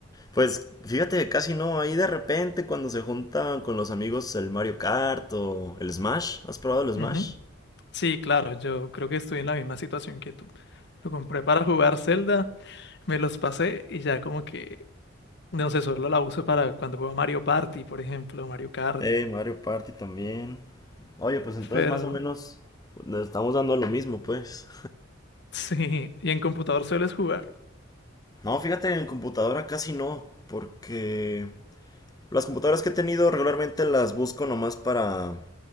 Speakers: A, on the left; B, on the left.
A: Pues fíjate que casi no, ahí de repente cuando se juntan con los amigos el Mario Kart o el Smash, ¿has probado el Smash?
B: Ujú. Sí, claro, yo creo que estoy en la misma situación que tú. Lo compré para jugar Zelda, me los pasé y ya como que, no sé, solo la uso para cuando juego Mario Party, por ejemplo, Mario Kart.
A: Eh, Mario Party también. Oye, pues entonces
B: Pero
A: más o menos le estamos dando a lo mismo, pues.
B: Sí, ¿y en computador sueles jugar?
A: No, fíjate, en computadora casi no, porque Las computadoras que he tenido regularmente las busco nomás para,